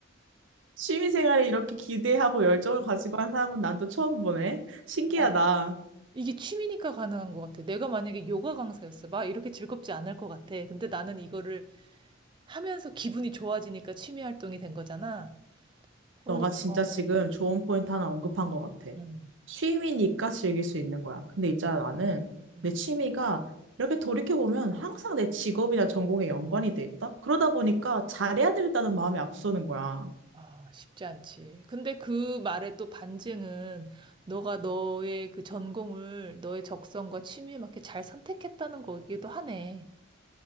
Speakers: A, on the right; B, on the right.
A: 취미생활에 이렇게 기대하고 열정을 가지고 한 사람은 난 또 처음 보네. 신기하다.
B: 어. 이게 취미니까 가능한 것 같아. 내가 만약에 요가 강사였어. 막 이렇게 즐겁지 않을 것 같아. 근데 나는 이거를 하면서 기분이 좋아지니까 취미 활동이 된 거잖아. 그러니까
A: 너가 진짜 지금 좋은 포인트 하나 언급한 것 같아.
B: 음,
A: 취미니까 즐길 수 있는 거야. 근데 있잖아, 나는
B: 음.
A: 내 취미가 이렇게 돌이켜보면 항상 내 직업이나 전공에 연관이 돼 있다? 그러다 보니까 잘해야 되겠다는 마음이 앞서는 거야.
B: 아, 쉽지 않지. 근데 그 말의 또 반증은 너가 너의 그 전공을 너의 적성과 취미에 맞게 잘 선택했다는 거기도 하네.